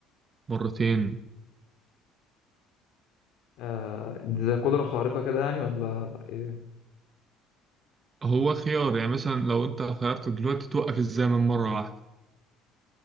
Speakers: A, on the right; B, on the left.
A: مرتين
B: آه، دي زي قدرة خارقة كده يعني ولا إيه؟
A: هو خيار يعني مثلا لو أنت خيرت دلوقتي توقف الزمن مرة واحدة